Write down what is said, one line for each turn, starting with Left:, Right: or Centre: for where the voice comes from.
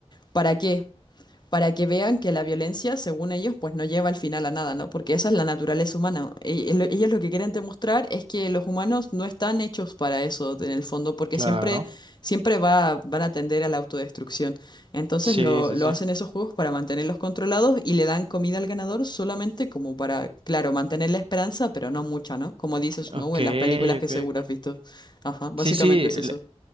Left: ¿Para qué? para que vean que la violencia, según ellos, pues no lleva al final a nada, ¿no? Porque esa es la naturaleza humana. E- el- Ellos lo que quieren demostrar es que los humanos no están hechos para eso, en el fondo, porque
Right: Claro,
Left: siempre, siempre va, van a tender a la autodestrucción. Entonces
Right: sí,
Left: lo,
Right: sí,
Left: lo
Right: sí.
Left: hacen esos juegos para mantenerlos controlados y le dan comida al ganador solamente como para, claro, mantener la esperanza, pero no mucha, ¿no? Como dices, Snow
Right: Ok,
Left: en las películas que
Right: ok,
Left: seguro
Right: ok.
Left: has visto. Ajá, básicamente
Right: Sí, sí,
Left: es
Right: le-
Left: eso.